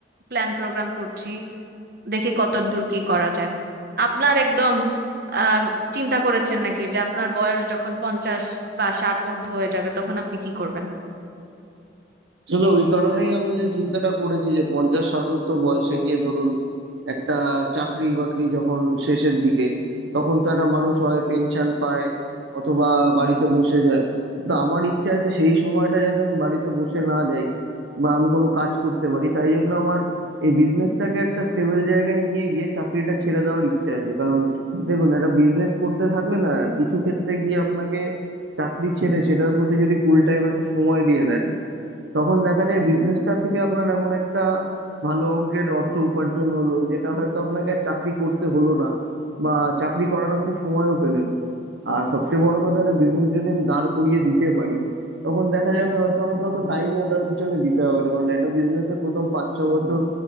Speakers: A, on the right; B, on the right.
A: প্ল্যান প্রোগ্রাম করছি দেখি কত দূর কি করা যায় আপনার একদম আহ চিন্তা করেছেন নাকি যে আপনার বয়স যখন পঞ্চাশ বা ষাট ঊর্ধ্ব হয়ে যাবে তখন আপনি কি করবেন
B: আসলে ওই কারণেই আমি যে চিন্তাটা করেছি যে পঞ্চাশ ষাটোর্ধ্ব বয়সে গিয়ে ধরুন একটা চাকরি বাকরি যখন শেষের দিকে তখন তো একটা মানুষ হয় পেনশন পায় অথবা বাড়িতে বসে যায় তো আমার ইচ্ছা আছে সেই সময়টা যাতে আমি বাড়িতে বসে না যাই বা আমি কোনো কাজ করতে পারি তাই জন্য আমার এই বিজনেসটাকে একটা স্টেবল জায়গায় নিয়ে গিয়ে চাকরিটা ছেড়ে দেওয়ার ইচ্ছে আছে কারণ দেখুন একটা বিজনেস করতে থাকলে না কিছু ক্ষেত্রে গিয়ে আপনাকে চাকরি ছেড়ে সেটার প্রতি যদি ফুল টাইম একটা সময় দিয়ে দেন তখন দেখা যায় বিজনেসটা থেকে আপনার এমন একটা ভালো অঙ্কের অর্থ উপার্জন হলো যেটা হয়তো আপনাকে আর চাকরি করতে হলো না বা চাকরি করার আপনি সময়ও পেলেন না আর সবচেয়ে বড় কথা একটা বিজনেস যদি আমি দাঁড় করিয়ে দিতে পারি তখন দেখা যাবে হয়তো আমাকে অত টাইমও ওটার পিছনে দিতে হবে না কারণ একটা বিজনেসের প্রথম পাঁচ ছ বছর